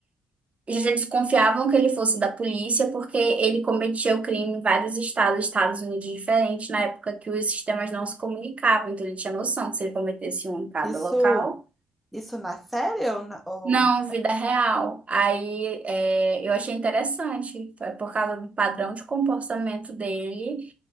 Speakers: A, on the right; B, in the centre.
A: eles já desconfiavam que ele fosse da polícia porque ele cometia o crime em vários estados, Estados Unidos diferentes, na época que os sistemas não se comunicavam, então ele tinha noção que se ele cometesse um em cada
B: Isso,
A: local,
B: isso na série ou, na, ou...
A: não, vida real. Aí é, eu achei interessante, foi por causa do padrão de comportamento dele,